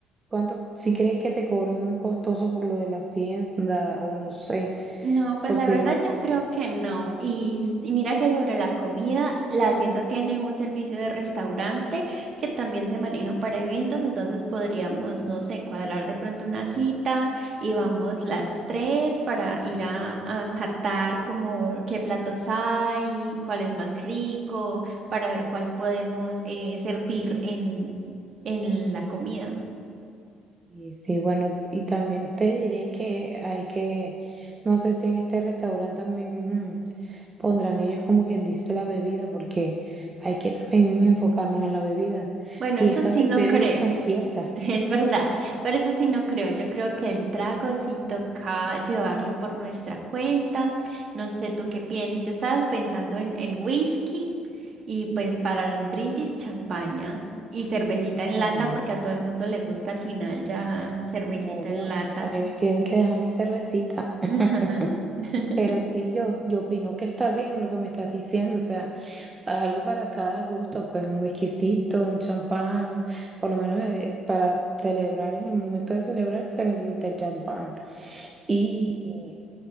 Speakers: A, on the right; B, on the right.
A: cuánto, si crees que te cobren muy costoso por lo de la hacienda o no sé.
B: No, pues
A: Porque,
B: la verdad yo creo que no. Y, s- y mira que sobre la comida, la hacienda tiene un servicio de restaurante que también se maneja para eventos, entonces podríamos, no sé, cuadrar de pronto una cita y vamos las tres para ir a, a catar como qué platos hay, cuál es más rico, para ver cuál podemos eh, servir en, en la comida.
A: y sí, bueno, y también te diré que hay que, no sé si en este restaurante también mm, pondrán ellos como quien dice la bebida, porque hay que también enfocarnos en la bebida.
B: Bueno,
A: Fiesta
B: eso sí
A: sin
B: no
A: bebida
B: creo.
A: no es fiesta.
B: <laughs> Es verdad, pero eso sí no creo. Yo creo que el trago sí toca llevarlo por nuestra cuenta. No sé tú qué piensas. Yo estaba pensando en, en whisky y pues para los brindis champaña y cervecita en
A: Mm,
B: lata porque a todo el mundo le gusta al final ya cervecita
A: obvio,
B: en lata.
A: a mí me tienen que dejar mi cervecita. <laughs>
B: Ajá. <laughs>
A: Pero sí, yo, yo opino que está bien lo que me estás diciendo, o sea. Algo para cada gusto, pues un whiskycito, un champán, por lo menos eh, para celebrar, en el momento de celebrar se necesita el champán. Y,